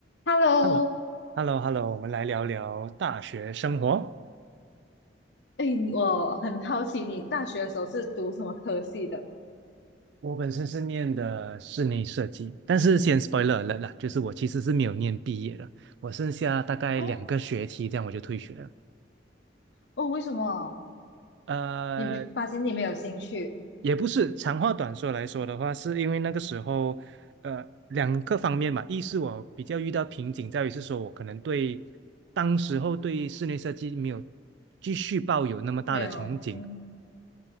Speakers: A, on the left (about 65°); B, on the right (about 65°).
A: Hello，
B: h e l l o h e l l o h e l l o 我们来聊聊大学生活。
A: 哎，我很好奇你大学的时候是读什么科系的？
B: 我本身是念的室内设计，但是先 spoiler 了啦，就是我其实是没有念毕业的，我剩下大概两个学期，
A: 哦
B: 这样我就退学了。
A: 哦，为什么？
B: 呃，
A: 你发现你没有兴趣？
B: 也不是，长话短说来说的话，是因为那个时候，呃，两个方面吧，一是我比较遇到瓶颈，在于是说我可能对当时候对室内设计没有继续抱有那么大的憧憬。
A: 没有，嗯，